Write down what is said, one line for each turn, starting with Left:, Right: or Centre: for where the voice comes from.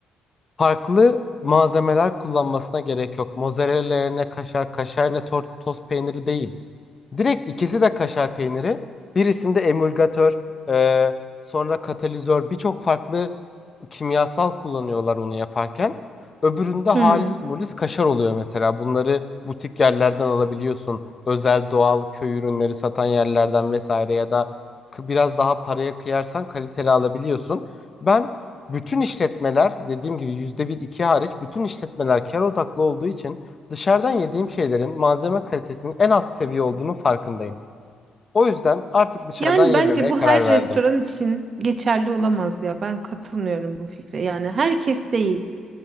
Left: Farklı malzemeler kullanmasına gerek yok. Mozzarella yerine kaşar, kaşar yerine tor- toz peyniri değil. Direkt ikisi de kaşar peyniri. Birisinde emulgatör, e, sonra katalizör, birçok farklı kimyasal kullanıyorlar onu yaparken. Öbüründe halis
Right: Hmm.
Left: mulis kaşar oluyor mesela. Bunları butik yerlerden alabiliyorsun. Özel doğal köy ürünleri satan yerlerden vesaire ya da k- biraz daha paraya kıyarsan kaliteli alabiliyorsun. Ben bütün işletmeler dediğim gibi yüzde bir iki hariç bütün işletmeler kar odaklı olduğu için dışarıdan yediğim şeylerin malzeme kalitesinin en alt seviye olduğunu farkındayım. O yüzden artık dışarıdan
Right: Yani
Left: yememeye
Right: bence bu
Left: karar
Right: her
Left: verdim.
Right: restoran için geçerli olamaz ya. Ben katılmıyorum bu fikre. Yani herkes değil.